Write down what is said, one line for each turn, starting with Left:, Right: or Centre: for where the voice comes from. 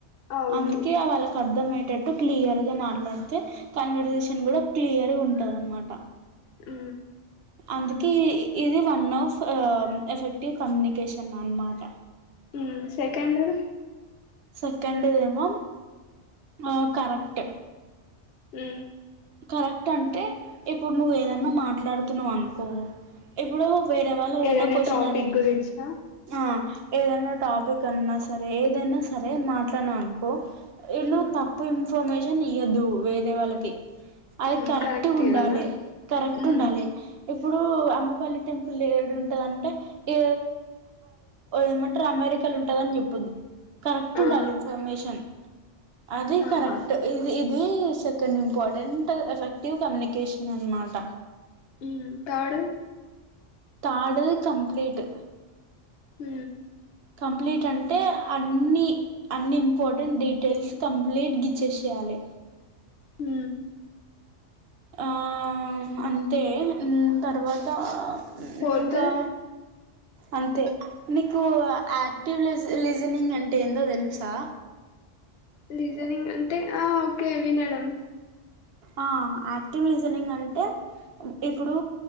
Left: అవును
Right: అందుకే వాళ్ళకి అర్థంయి ట్టు క్లియర్ గా మాట్లాడితే కన్వర్సేషన్ కూడా క్లియర్ గా ఉంటది అనమాట
Left: ఉ
Right: అందుకి ఇది వన్ ఆఫ్ ఎఫెక్టివ్ కమ్యూనికిషన్ అన్నమాట
Left: ఉ సెకండ్ ది
Right: సెకండ్ డెమో ఆ కరెక్ట్
Left: ఉ
Right: కరెక్ట్ అంటే ఇప్పుడు నువ్వు ఏదన్నా మాట్లాడుతున్నావు అనుకో ఇప్పుడు వేరే వాళ్ళు ఏదన్న
Left: ఏదైనా
Right: కోషెన్
Left: టాపిక్
Right: అడిగి
Left: గురించా
Right: ఆ ఏదైనా టాపిక్ అన్నా సరే ఏదైనా సరే మాట్లాడినా అనుకో ఎన్నో
Left: ఉమ్
Right: తప్పు ఇన్ఫర్మేషన్ నీ అ దూ వేరే వళ్కి అది
Left: ఉమ్
Right: కరెక్ట్ ఉండాలి
Left: ఇయ్యాలా
Right: కరెక్ట్
Left: ఉమ్
Right: ఉండాలి ఇప్పుడు అమ్మపల్లి టెంపుల్ ఏడు ఉంటదంటే ఇ ఏమంటారు అమెరికాలు ఉంటదని చెప్పద్దు కరెక్ట్
Left: ఆ
Right: ఉండాలి ఇన్ఫర్మేషన్ అదే
Left: ఆహా
Right: కరెక్ట్ ఇది ఇ ఏ సకన ఇంపార్టెంట్ ఎఫెక్టివ్ కమ్యూనికేషన్ అనమాట
Left: ఉమ్ థర్డ్
Right: కాడు కంప్లీట్
Left: హ
Right: కంప్లీట్ అంటే అన్నిీ అన్ని ఇంపార్టెంట్ డీటెయిల్స్ కంప్లీట్ గ ఇచ్చేసయాలి
Left: హ
Right: ఆ అంతే తర్వాత
Left: ఫోర్త్ది
Right: ఇంకా అంతే నీకు యాక్టివ్ లీజనింగ్ అంటే ఏందో తెలుసా
Left: లిస్టెనింగ్ అంటే ఆ ఓకే వినాడం
Right: ఆ యాక్టివ్ లీజనింగ్ అంటే ఇప్పుడు